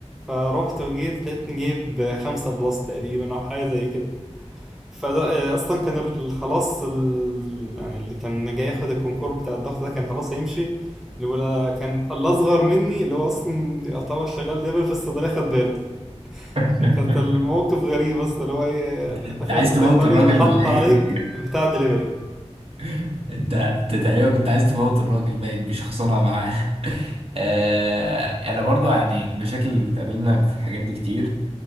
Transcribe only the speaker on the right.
<laughs>
أنت عايز
تموت الراجل
ولا
إيه؟
<laughs> أنت أنت تقريبا كنت عايز تموت الراجل باين بشخصنة معاه <laughs> آه، انا برضو يعني المشاكل اللي بتقابلنا في الحاجات دي كتير